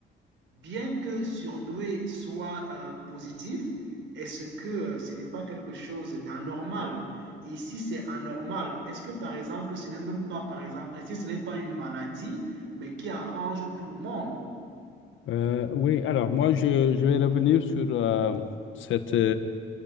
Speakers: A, on the right (about 75°); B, on the left (about 80°).
A: bien que surdoué soit euh, positif, est-ce que euh, ce n'est pas quelque chose d'anormal Et si c'est anormal, est-ce que par exemple, ce n'est même pas, par exemple, est-ce que ce n'est pas une maladie, mais qui arrange tout le monde
B: Euh, oui, alors moi, je, je vais revenir sur euh, cette